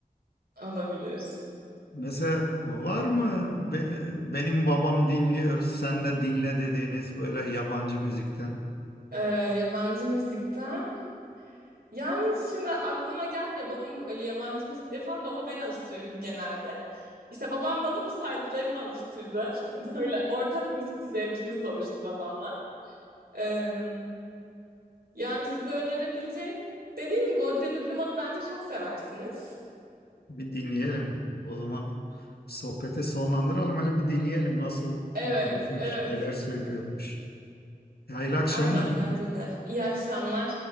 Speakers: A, on the right (about 75°); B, on the left (about 85°).
A: olabilir.
B: Mesela var mı be- benim babam dinliyor, sen de dinle dediğiniz böyle yabancı müzikten
A: Ee, yabancı müzikten. Yani şimdi aklıma gelmiyor. Babam öyle yabancı müzikleri falan babama ben alıştırıyorum genelde. İşte babam bana bu saydıklarımı alıştırdı. <laughs> Böyle ortak müzik bir zevkimiz oluştu babamla. Ee, yani size önerebileceğim. Dediğim gibi o Dedi Bluman'ı bence çok seversiniz.
B: bir dinleyelim. O zaman sohbeti sonlandıralım, hele bir dinleyelim nasıl
A: Evet,
B: bir grupmuş,
A: evet.
B: neler söylüyormuş. Hayırlı akşamlar.
A: Aynen bence de. İyi akşamlar.